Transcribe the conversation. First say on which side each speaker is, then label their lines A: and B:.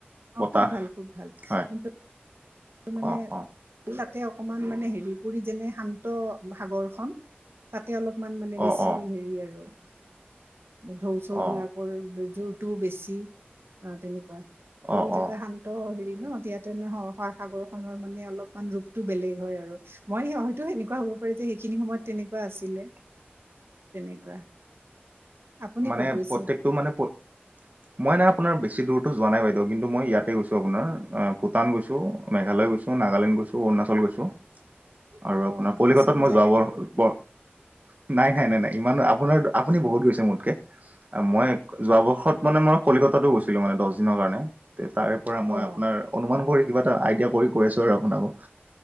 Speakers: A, on the right (about 70°); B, on the right (about 40°).
A: অ
B: বতাহ
A: খুব ভাল খুব ভাল,
B: হয়
A: কিন্তু তু মানে,
B: অঁ অঁ
A: তাতে অকমান মানে হেৰি পুৰীত যেনে শান্ত সাগৰখন তাতে অলপমান মানে
B: অঁ
A: বেছি
B: অঁ
A: হেৰি আৰু ঢৌ চৌ
B: অঁ
A: বিলাক কৰ জোৰ টোও বেছি। আ, তেনেকুৱা। পুৰীত
B: অঁ অঁ
A: এটা শান ত হেৰি ন, ইয়াতে ন সা-সাগৰ খনৰ মানে অলপমান ৰূপটো বেলেগ হয় আৰু। মই হ হয়তো সেনেকুৱা হ'ব পাৰি যে, সেইখিনি সময়ত তেনেকুৱা আছিলে।
B: <unintelligible>
A: তেনেকুৱা আপুনি
B: মানে
A: ক'ত গৈছে
B: প্ৰত্যেকটো মানে প মই নাই আপোনাৰ বেছি দূৰটো যোৱা নাই বাইদেউ, কিন্তু মই ইয়াতে গৈছোঁ আপোনাৰ আ ভূটান গৈছোঁ, মেঘালয় গৈছ। ত নাগালেণ্ড গৈছোঁ, অৰুণাচল গৈছো আৰু
A: অ
B: আপোনাৰ কলিকতাত
A: আচল
B: মই
A: জেগা
B: যোৱাবৰ পৰ নাই নাই নাই ইমান আপোনাৰ আপুনি বহুত গৈছে মোত কে মই যোৱা বৰ্ষত মানে মই কলিকতাতো গৈছিলো, মানে দচ দিনৰ কাৰণে। তে তাৰে পৰা মই
A: অ
B: আপোনাৰ, অনুমান কৰি কিবা এটা আইডিয়া কৰি কৈছোঁ আৰু আপোনাকো